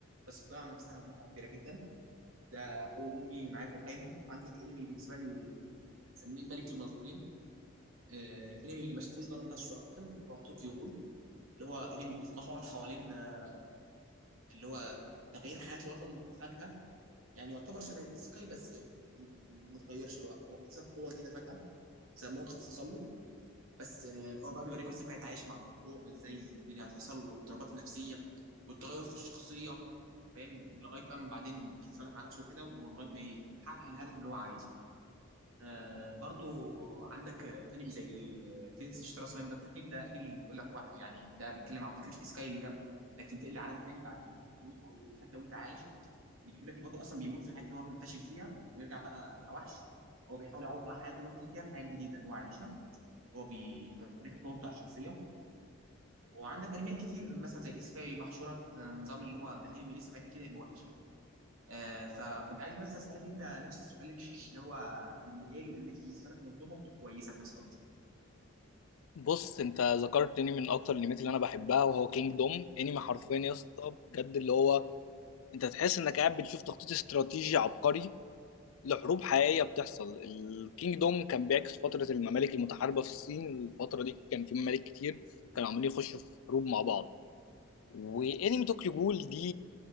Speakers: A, on the right (about 80°); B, on the left (about 80°).
A: بس بتضيع عن نفسها متعه كبيره جدا ده اول انمي معايا في القايمه عندك انمي بالنسبه لي مسميه ملك المظلومين آه انمي اللي ما شافوش ظلم نفسه صراحه اللي هو طوكيو غول اللي هو انمي بيتمحور حوالين آه، اللي هو تغيير حياه الوطن فجاه يعني يعتبر شبه الايسيكاي بس آه، ما اتغيرش اللي هو هو اكتسب قوه جديده فجاه بسبب موقف حصل له بس آه، هو بقى بيوريكوا ازاي هو هيتعايش مع الموضوع وازاي الدنيا هتحصل والاضطرابات النفسيه والتغير في الشخصيه فاهم لغايه بقى ما بعدين يتصالح مع نفسه كده ولغايه ما يحقق الهدف اللي هو عايزه آه برضو عندك آه، انمي زي تنسي شترا سلام ده التكليم ده انمي بيقول لك واحد يعني ده بيتكلم عن فكره الاسكاي اللي هي انك تنتقل لعالم تاني بعد الموت او حتى وانت عايش بيجيب لك البطل اصلا بيموت في حياته اللي هو كان فاشل فيها ويرجع بقى كوحش هو بيحاول يعوض بقى حياته اللي هو فاشل فيها في حياه جديده اللي هو عايشها هو بيوريك طور بتاع الشخصيه وعندك انميات كتير مثلا زي الايسيكاي محشوره تحت نظام اللي هو ده انمي ايسيكاي اكيد هيبقى وحش آه فكنت عايز بس اسالك انت نفس السؤال اللي هو انمي ايه الانميات بالنسبه لك مظلومه وكويسه في نفس الوقت
B: بص أنت ذكرتني من أكتر الأنميات اللي أنا بحبها وهو كينج دوم أنمي حرفيا يا اسطى بجد اللي هو أنت تحس إنك قاعد بتشوف تخطيط استراتيجي عبقري لحروب حقيقية بتحصل الكينج دوم كان بيعكس فترة الممالك المتحاربة في الصين الفترة دي كان في ممالك كتير كانوا عمالين يخشوا في حروب مع بعض وانمي طوكيو جول دي